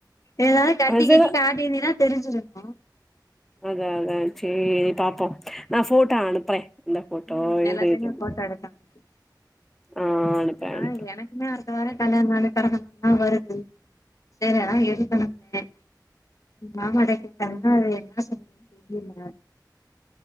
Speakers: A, on the left; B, in the centre.
A: எதனா கட்டி
B: அது
A: கிட்டி காட்டினினா தெரிஞ்சுருமா
B: அதா அதா சேரி பாப்போ நா ஃபோட்டா அனுப்புற எந்த ஃபோட்டோ
A: ம்
B: எது
A: எல்லாத்தையுமே
B: எது
A: போட்டோ எடுத்து அனுப்பிடு
B: ஆ அனுப்பற
A: ஆ
B: அனுப்ப
A: எனக்குமே அடுத்த வாரோ கல்யாண நாள் பெறந்தநால்லா வருது சேலைலா எடுக்கணும்ன மாமாட்ட கேட்டாங்கன்னா அது என்ன சொல்லுதுன் தெரில